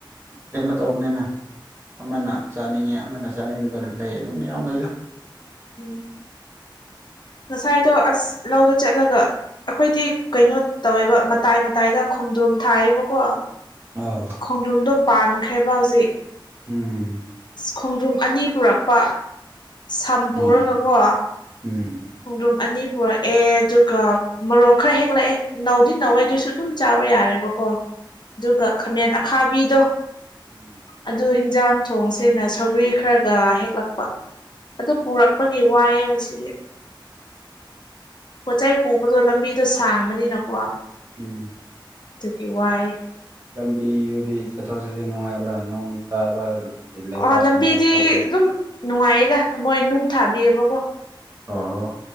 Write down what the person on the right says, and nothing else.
ꯀꯩꯅꯣ ꯇꯧꯕꯅꯤꯅ ꯑꯃꯅ ꯆꯥꯅꯤꯡꯉꯦ ꯑꯃꯅ ꯆꯥꯅꯤꯡꯗꯕ ꯂꯩ ꯑꯗꯨꯝ ꯃꯌꯥꯝ ꯂꯩꯗ
ꯑꯣ
ꯎꯝ
ꯑꯣ ꯎꯝ
ꯎꯝ
ꯌꯦꯁ
ꯎꯝ
ꯂꯝꯕꯤꯗꯨꯗꯤ ꯆꯠꯊꯣꯛ ꯆꯠꯁꯤꯟ ꯅꯨꯡꯉꯥꯏꯕ꯭ꯔꯥ ꯅꯣꯡ ꯇꯥꯕ ꯂꯩꯕꯥꯛꯀꯨꯝꯕ
ꯊꯣꯛꯄ꯭ꯔꯥ
ꯑꯣ